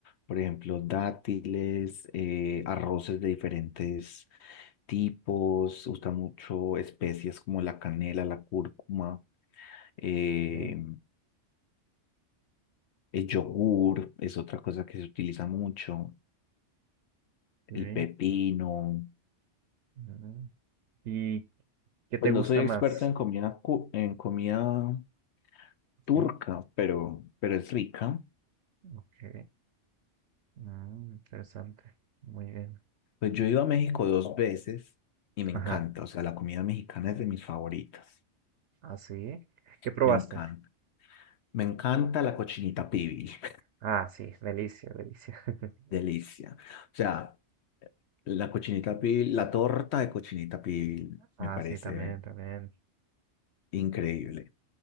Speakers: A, on the left; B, on the right.
A: por ejemplo, dátiles, eh,
B: Sí.
A: arroces de diferentes tipos, usa mucho especies como la canela, la cúrcuma, eh,
B: Ok,
A: el yogur es otra cosa que se utiliza mucho, el
B: ok,
A: pepino.
B: mm. ¿Y qué
A: Pues
B: te gusta
A: no soy experto
B: más?
A: en comida, cu- en comida
B: Ok,
A: turca, pero, pero es rica.
B: ok, mm, interesante, muy bien.
A: Pues yo he ido a México dos veces y me encanta,
B: Ajá,
A: o sea, la comida mexicana es de mis favoritas,
B: así. ¿Qué probaste?
A: me encanta. Me encanta la cochinita pibil, <laughs>
B: Ah, sí, delicia, delicia. <laughs>
A: delicia. O sea, la cochinita pibil, la torta de cochinita pibil
B: Ah,
A: me parece
B: sí, también, también.
A: increíble.